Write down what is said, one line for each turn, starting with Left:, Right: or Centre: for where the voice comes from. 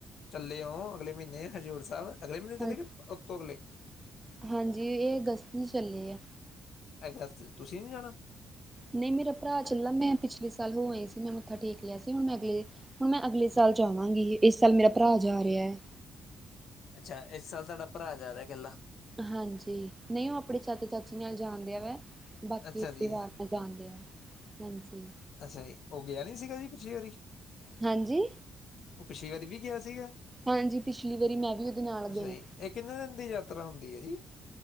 Left: ਚੱਲੇਓ ਅਗਲੇ ਮਹੀਨੇ ਹਜ਼ੂਰ ਸਾਹਿਬ ਅਗਲੇ ਮਹੀਨੇ
Right: ਹਾਂ
Left: ਚਲੇ ਗਏ ਉਤੋਂ ਅਗਲੇ
Right: ਹਾਂਜੀ ਇਹ ਅਗਸਤ ਨੁ ਚੱਲੇ ਆਂ।
Left: ਐ ਅਗੱਸਤ ਚ ਤੁਸੀਂ ਨੀ ਜਾਣਾ
Right: ਨਹੀਂ ਮੇਰਾ ਭਰਾ ਚਲਾ, ਮੈਂ ਪਿਛਲੇ ਸਾਲ ਹੋ ਆਈ ਸੀ ਮੈਂ ਮੱਥਾ ਟੇਕ ਲਿਆ ਸੀ ਹੁਣ ਮੈਂ ਅਗਲੇ ਹੁਣ ਮੈਂ ਅਗਲੇ ਸਾਲ ਜਾਵਾਂਗੀ, ਇਸ ਸਾਲ ਮੇਰਾ ਭਰਾ ਜਾ ਰਿਹਾ ਹੈ
Left: ਅੱਛਾ ਇਸ ਸਾਲ ਤੁਹਾਡਾ ਭਰਾ ਜਾ ਰਿਹਾ ਇਕੱਲਾ
Right: ਹਾਂਜੀ, ਨਹੀਂ ਉਹ ਆਪਣੇ ਚਾਚਾ-ਚਾਚੀ ਨਾਲ ਜਾਣਦਿਆ ਵੈ, ਬਾਕੀ
Left: ਅੱਛਾ
Right: ਪਰਿਵਾਰ
Left: ਜੀ,
Right: <unintelligible> ਹਾਂਜੀ।
Left: ਅੱਛਾ ਜੀ, ਉਹ ਗਿਆ ਨੀ ਸੀਗਾ ਜੀ ਪਿਛਲੀ ਵਾਰੀ
Right: ਹਾਂਜੀ।
Left: ਉਹ ਪਿਛਲੀ ਵਾਰੀ ਵੀ ਗਿਆ ਸੀਗਾ?
Right: ਹਾਂਜੀ ਪਿਛਲੀ ਵਾਰੀ ਮੈਂ ਵੀ ਉਹਦੇ ਨਾਲ
Left: ਅੱਛਾ
Right: ਗਈ
Left: ਜੀ, ਇਹ ਕਿੰਨੇ ਦਿਨ ਦੀ ਯਾਤਰਾ ਹੁੰਦੀ ਹੈ ਜੀ